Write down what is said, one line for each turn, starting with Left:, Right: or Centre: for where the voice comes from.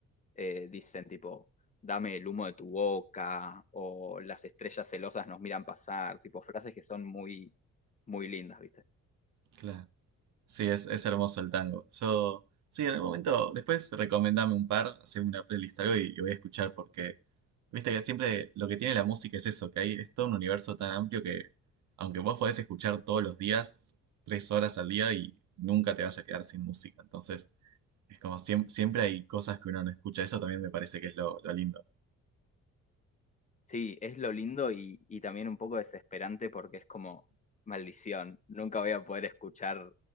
Left: eh, dicen tipo, dame el humo de tu boca o las estrellas celosas nos miran pasar, tipo frases que son muy, muy lindas, ¿viste?
Right: claro. Sí, es, es hermoso el tango. Yo, sí, en algún momento, después recomendame un par, haceme una playlist algo y, y voy a escuchar porque, viste que siempre lo que tiene la música es eso, que hay, es todo un universo tan amplio que, aunque vos podés escuchar todos los días, tres horas al día y nunca te vas a quedar sin música. Entonces, Es como siem- siempre hay cosas que uno no escucha. Eso también me parece que es lo, lo lindo.
Left: Sí, es lo lindo y, y también un poco desesperante porque es como, maldición, nunca voy a poder escuchar